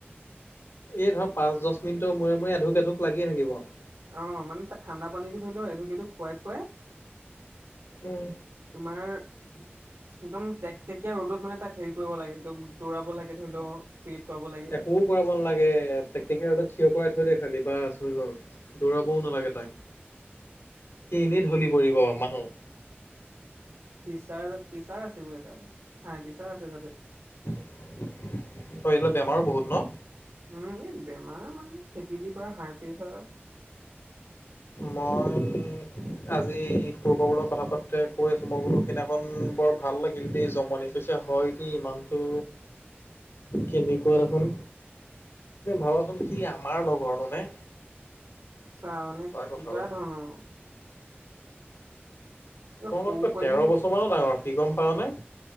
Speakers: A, on the left; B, on the right.
A: এই ধৰ পাঁচ দহ মিনিটৰ মূৰে-মূৰে এধুক-এধুক লাগিয়ে থাকিব।
B: অ, মানে ত ঠাণ্ডা পানীটো ধৰি লওঁ এঢোক-এঢোক খুৱাই-খুৱাই,
A: উম,
B: তোমাৰ একদম টেকটেকীয়া ৰ'দত মানে তাক হেৰি কৰিব লাগে একদম দৌৰাব লাগে ধৰি লও। পেট পাব লাগে।
A: একো কৰাব না তাকে তেক্তেটিয়া থিয় কৰাই থৈ দে খালি বা হৈ গল দৌৰাবও নালাগে তাক। সি এনেই ঢলি পৰিব মানুহ।
B: পিচাৰ-পিচাৰ আছে বোলে তাৰ হাই পিচাৰ আছে তাতে,
A: অ, এইবিলাক বেমাৰো বহুত ন।
B: উম, এই বেমাৰ মানে ফেটি লিভাৰ, হাই প্ৰেছাৰ,
A: মই আজি সৰু পাবলৰ কথা পাতে কৈ আছো মই বোলো সেইদিনাখন বৰ ভাল লাগিল দেই জমনি। পিছে হয় কি ইমানটো কেনেকুৱা দেখোন ভাবাচোন সি আমাৰ লগৰনো নে,
B: চাহ মানে
A: সঁচা কথা
B: কিবা
A: ঐ।
B: ধৰণৰ কিবা
A: তোমতকৈ
B: সৰু পোৱালিও
A: তেৰ বছৰ মানত আৰু কি গম পাৱ নে?